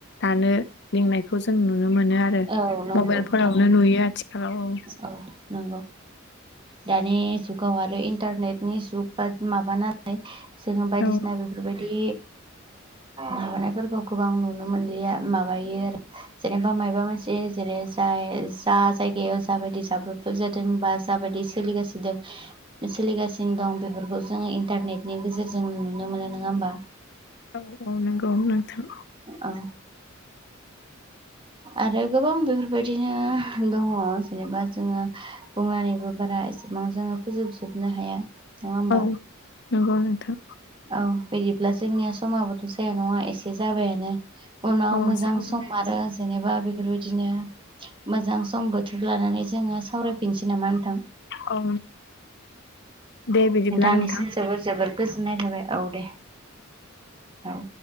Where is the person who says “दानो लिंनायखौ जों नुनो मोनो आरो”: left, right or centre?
Left